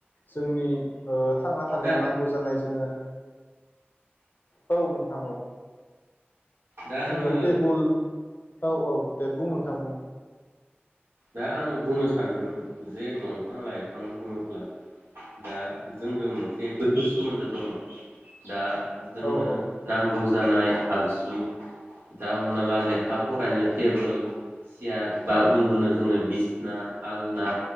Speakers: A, on the left; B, on the right.
A: जोंनि ओ थांना थानायाव
B: दा
A: नांगौ जानाय जोङो औ नोंथां औ
B: दा
A: जोङो
B: आङो
A: टेबोल औ औ दे बुं <unintelligible>
B: दा आं बुंनो सानदों जे दंफां लाइफां बुङोब्ला दा जोंदो मोनसे गोथौ सोमोन्दो दङ। दा जोंनो
A: औ औ
B: नांगौ दानाय आगजु दा हमना ला लेखा फरायनो टेबोल सियार बा उन्दुनो जोंनो बिसना आलना